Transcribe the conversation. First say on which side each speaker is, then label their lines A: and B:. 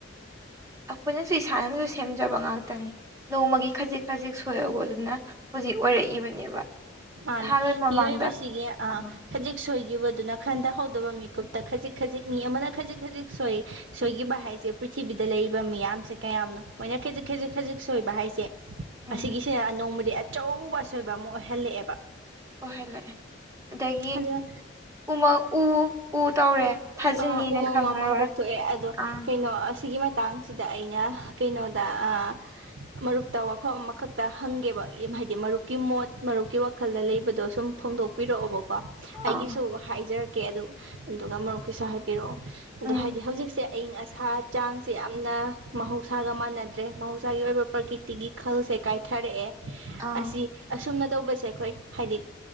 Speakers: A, on the right; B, on the right.
A: ꯑꯩꯈꯣꯏꯅꯁꯨ ꯏꯁꯥꯅꯁꯨ ꯁꯦꯝꯖꯕ ꯉꯥꯛꯇꯅꯤ ꯅꯣꯡꯃꯒꯤ ꯈꯖꯤꯛ ꯈꯖꯤꯛ ꯁꯣꯏꯕ ꯑꯗꯨꯅ ꯍꯧꯖꯤꯛ ꯑꯣꯏꯔꯛꯏꯕꯅꯦꯕ
B: ꯃꯥꯅꯦ
A: ꯅꯍꯥꯟꯋꯥꯏ ꯃꯃꯥꯡꯗ
B: ꯃꯤꯑꯣꯏꯕꯁꯤꯒꯤ ꯑ
A: ꯎꯝ
B: ꯈꯖꯤꯛ ꯁꯣꯏꯈꯤꯕꯗꯨꯅ ꯈꯟꯊꯍꯧꯗꯕ ꯃꯤꯀꯨꯞꯇ ꯈꯖꯤꯛ ꯈꯖꯤꯛ ꯃꯤ ꯑꯃꯅ ꯈꯖꯤꯛ ꯈꯖꯤꯛ ꯁꯣꯏ ꯁꯣꯏꯈꯤꯕ ꯍꯥꯏꯁꯦ ꯄ꯭ꯔꯤꯊꯤꯕꯤꯗ ꯂꯩꯔꯤꯕ ꯃꯤꯌꯥꯝ ꯅꯨꯡꯁꯤꯠ ꯀꯌꯥꯝꯅꯣ ꯃꯣꯏꯅ ꯈꯖꯤꯛ ꯈꯖꯤꯛ ꯈꯖꯤꯛ ꯁꯣꯏꯕ ꯍꯥꯏꯁꯦ
A: ꯎꯝ
B: ꯑꯁꯤꯒꯤꯁꯦ ꯅꯣꯡꯃꯗꯤ ꯆꯧꯕ ꯑꯁꯣꯏꯕ ꯑꯃ ꯑꯣꯏꯍꯜꯂꯛꯑꯦꯕ
A: ꯑꯣꯏꯍꯜꯂꯛꯑꯦ ꯑꯗꯒꯤ
B: ꯑꯗ
A: ꯎꯃꯪ ꯎ ꯎ ꯇꯧꯔꯦ ꯊꯥꯖꯤꯟꯅꯤꯅ
B: ꯑ ꯎꯃꯪ
A: ꯈꯪꯉꯔꯣꯏ
B: ꯋꯥꯃꯪ ꯀꯣꯛꯊꯣꯛꯑꯦ ꯑꯗꯣ
A: ꯑꯥ
B: ꯀꯩꯅꯣ ꯑꯁꯤꯒꯤ ꯃꯠ ꯇꯥꯡꯁꯤꯗ ꯑꯩꯅ ꯀꯩꯅꯣꯗ ꯑꯥ ꯃꯔꯨꯞꯇ ꯋꯥꯐꯝ ꯑꯃꯈꯛꯇ ꯍꯪꯒꯦꯕ ꯍꯥꯏꯗꯤ ꯃꯔꯨꯞꯀꯤ ꯃꯣꯠ ꯃꯔꯨꯞꯀꯤ ꯋꯥ ꯈꯜꯂ ꯂꯩꯕꯗꯣ ꯁꯨꯝ ꯐꯣꯡꯗꯣꯛꯄꯤꯔꯛꯑꯣꯕꯀꯣ ꯑꯩꯒꯤꯁꯨ
A: ꯑꯥ
B: ꯍꯥꯏꯖꯔꯛꯀꯦ ꯑꯗꯨ ꯑꯗꯨꯒꯨ ꯃꯔꯨꯞ ꯄꯤꯁꯥ ꯍꯦꯛ ꯄꯤꯔꯛꯑꯣ ꯑꯗꯣ
A: ꯎꯝ
B: ꯍꯥꯏꯗꯤ ꯍꯧꯖꯤꯛꯁꯦ ꯑꯏꯤꯡ ꯑꯁꯥ ꯆꯥꯡꯁꯦ ꯌꯥꯝꯅ ꯃꯍꯧꯁꯥꯒ ꯃꯥꯟꯅꯗ꯭ꯔꯦ ꯃꯍꯧꯁꯥꯒꯤ ꯑꯣꯏꯕ ꯄ꯭ꯔꯀꯤꯇꯤꯒꯤ ꯈꯜꯁꯦ ꯀꯥꯏꯊꯔꯛꯑꯦ
A: ꯑꯥ
B: ꯑꯁꯤ ꯑꯁꯨꯝꯅ ꯇꯧꯕꯁꯦ ꯑꯩꯈꯣꯏ ꯍꯥꯏꯗꯤ